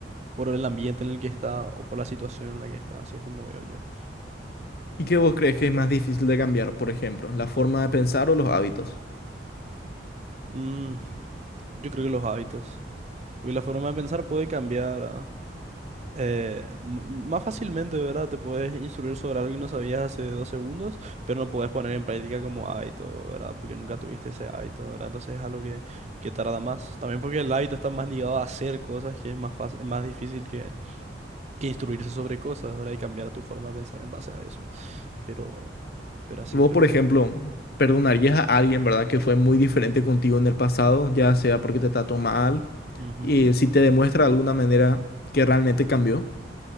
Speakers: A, on the right (about 40°); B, on the left (about 55°).
A: por el ambiente en el que está o por la situación en la que está. Así es como veo yo.
B: ¿Y qué vos crees que es más difícil de cambiar, por ejemplo, la forma de pensar o los hábitos?
A: Mm, yo creo que los hábitos. Porque la forma de pensar puede cambiar ah, eh, m- más fácilmente, ¿verdad? Te puedes instruir sobre algo que no sabías hace dos segundos, pero no puedes poner en práctica como hábito, ¿verdad? Porque nunca tuviste ese hábito, ¿verdad? Entonces es algo que, que tarda más. También porque el hábito está más ligado a hacer cosas, que es más fácil, más difícil que, que instruirse sobre cosas, ¿verdad? Y cambiar tu forma de pensar en base a eso. Pero, pero así
B: Vos,
A: creo
B: por ejemplo,
A: que.
B: perdonarías a alguien, ¿verdad?, que fue muy diferente contigo en el pasado, ya sea porque te trató mal
A: Ujú.
B: y si te demuestra de alguna manera que realmente cambió.